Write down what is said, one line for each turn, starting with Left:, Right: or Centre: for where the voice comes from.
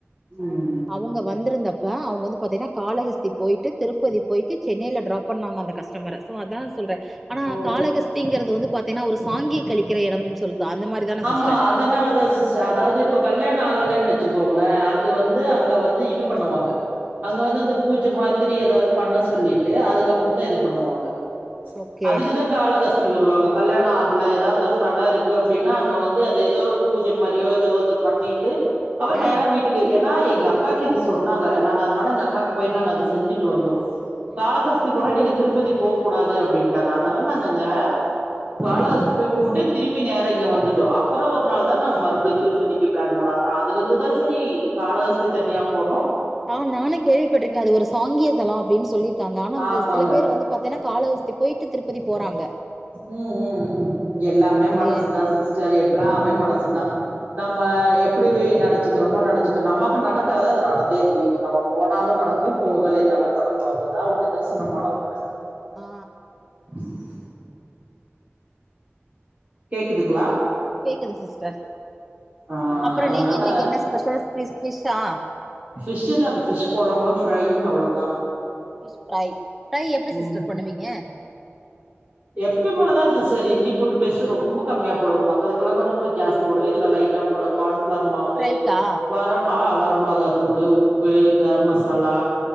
Right: ம்
Centre: அவங்க வந் வந்திருந்தப்ப அவங்க வந்து பாத்தீங்கனா காலஹஸ்தி போயிட்டு திருப்பதி போயிட்டு சென்னைல டிராப் பண்ணாங்க அந்த கஸ்டமர க்கு அதா சொல்றே ஆனா
Right: ஓ
Centre: காலஹஸ்திங்றது வந்து பாத்தீங்னா ஒரு சாங்கியம் கழிக்கிற எடம் சொல்லுதா அந்த மாரி தான சிஸ்
Right: ஆ அதனாலதா சிஸ்டர் அதாவது இப்ப கல்யாண ஆகலன்னு வச்சுக்கோங்கள அது
Centre: ம்
Right: வந்து அங் க வந்து இது பண்ணுவாங்க அங்க வந்து அந்த பூஜை மாதிரி ஏதாவது பண்ண சொல்லிட்டு அதுக்கப்பறந்தா
Centre: ம்
Right: இது பண்ணுவாங்க
Centre: ஓகே
Right: அதுக்குதா காலஹஸ்தி வருவாங்க கல்யாண ஆகல ஏதாவது ஒரு தட இருக்கு அப்டின்னா அங்க வந்து அது ஏதோ ஒரு பூஜை மாரியோ ஏதோ அது பண்ணிட்டு அவர்
Centre: ஆ
Right: நேர வீட்டுக்கே ஏன்னா எங்க அக்காக்கு இது சொன்னாங்க நாங்க அதனால எங்க அக்காக்கு போய் நாங்க அது செஞ்சுட்டு வந்தோ
Centre: ம்
Right: காலஹஸ் தி போனா நீங்க திருப்பதி போ கூடாது அப்டின்ட்டாங்க அதனால நாங்கிந்த காலகஸ்தி
Centre: ம் ம்
Right: போய் கும்புட்டு திருப்பி நே ரா வந்துட்டோ அப்பறோ ஒரு நாள் தா நாங்க மறுபட் திருப்பதிக்கு ப்ளான் பண்ண நா அதுலந்துதா செரி காலகஸ்தி தனியா போனு
Centre: அ நானு கேள்விப்பட்ருக்கே அது ஒரு சாங்கிய தலோ அப்டின்னு சொல்லிருக்காங்க ஆனா அந்த
Right: ஆமாங்க
Centre: சில பேரு வந்து பாத்தனா காலகஸ்தி போய்ட்டு திருப்பதி போறாங்க
Right: ம் ம் ம் எல்லாமே
Centre: அது
Right: மனசுதா
Centre: ஏ
Right: சிஸ்டர் எல்லாமே மனசுதா நம்ம எப்டி நெனச்சுக்கிறமோ நெனைச்சுக்க நமக்கு நடக்குறது அது நடந்தே தீரு நம்ம போனாலு நடக்கு போகலைனாலு நடக்கு அதுதா நிதர்சனமான உண்ம
Centre: ஆ
Right: <inaudible> கேக்குதுங்ளா?
Centre: கேக்குது சிஸ்டர்
Right: ஆ
Centre: அப்புற
Right: அதனால
Centre: நீங்க இன்னைக்கு என்ன ஸ்பெஷல் ஃபிஷ் ஃபிஷ்ஷா
Right: ஃபிஷ்ஷு தாங் ஃபிஷ் கொழம்பு ஃப்ரை அவ்வளதா
Centre: ஃபிஷ் ஃப்ரை ஃப்ரை எப்டி சிஸ்டர்
Right: ம்
Centre: பண்ணுவீங்க?
Right: எப்பியு போலதா சிஸ்டர் இஞ்சி பூண்டு பேஸ்ட்டு ரொம்போ கம்மியா போடுவே மத்ததுக்கெல்லா கொஞ்சோ கூட ஜாஸ்தி போடுவே இதுல லைட்டா போடு கான்ஃப்ளாரு மாவு
Centre: ஃப்ரைக்கா
Right: வர ஆ வரமிளகா தூளு, உப்பு, கரம் மசாலா